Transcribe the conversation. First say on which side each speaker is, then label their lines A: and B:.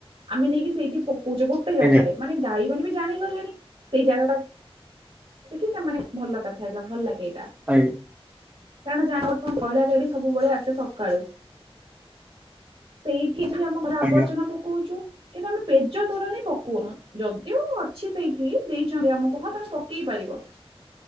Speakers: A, on the right; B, on the right.
A: ଆମେ ନେଇକି ସେଇଠି ପକଉଛେ ଗୋଟେ ଜାଗାରେ।
B: ଆଜ୍ଞା
A: ମାନେ ଗାଈ ମାନେ ବି ଜାଣି ଗଲେଣି ସେଇ ଜାଗା ଟା କି ସେମାନେ ଭଲ କଥା ଏଇଟା ଭଲ ଲାଗେ ଏଇଟା।
B: ଆଜ୍ଞ।
A: କାରଣ ଯା ବର୍ତ୍ତମାନ ମଇଳା ଗାଡି ସବୁବେଳେ ଆସେ ସକାଳୁ। ସେଇଠି <inaudible> ଆମ ଘର
B: ଆଜ୍ଞା
A: ଆବର୍ଜନା ପକଉଛୁ କିନ୍ତୁ ଆମେ ପେଜ ତୋରାଣୀ ପକଉନୁ ଯଦିଓ ଅଛି ସେଇଠି ଦେଇଛନ୍ତି ଆମକୁ ହଁ ତମେ ପକେଇ ପାରିବ।